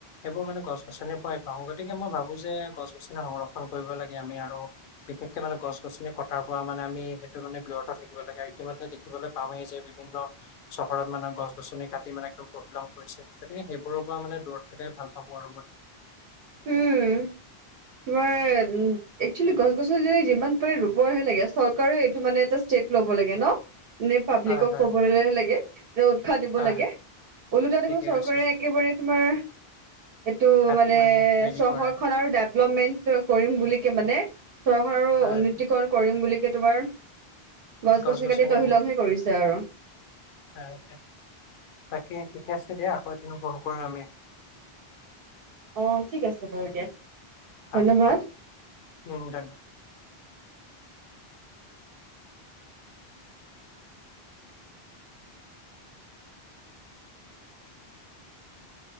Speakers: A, on the left; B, on the right.
A: সেইবোৰ মানে গছ-গছনিৰ পৰাই পাওঁ গতিকে মই ভাবো যে গছ-গছনি সংৰক্ষণ কৰিব লাগে আমি আৰু বিশেষকে মানে গছ-গছনি কটাৰ পৰা মানে আমি সেইটো মানে ব্যৰ্থ থাকিব লাগে আৰু ইতিমধ্যে দেখিবলে পাওঁৱে যে <unintelligible> চহৰত মানে গছ-গছনি কাটি মানে একদম তহিলং কৰিছে গতিকে সেইবোৰৰ পৰা মানে দূৰত থাকে ভাল চাবো আৰু মই
B: উম তোমাৰ তে উ একচুৱেলি গছ-গছনি যে যিমান পাৰে ৰুবহে লাগে চৰকাৰে এইটো মানে এটা ষ্টেপ লব লাগে ন। নে পাব্লিকক
A: হয় হয়
B: কবলে লাগে মানে উৎসাহ দিব
A: হয়
B: লাগে ওলোটা
A: ঠিকে
B: দেখোন চৰকাৰে
A: কৈছে
B: একেবাৰে তোমাৰ এইটো
A: কাটি
B: মানে
A: হেৰি
B: চহৰখনৰ
A: কৰে
B: ডেভলপমেণ্টৰ কৰিম বুলিকে মানে চহৰো
A: হয়
B: উন্নতিকৰণ কৰিম বুলিকে তোমাৰ গছ-গছনি
A: গছ গছনি
B: কাটি তহিলংহে কৰিছে আৰু।
A: তাৰকে তাকে ঠিকে আছে দিয়া আকৌ এদিন কল কৰিম আমি।
B: অঁ ঠিক আছে বাৰু দিয়া,
A: হা
B: ধন্যবাদ
A: উম ধন্যবাদ,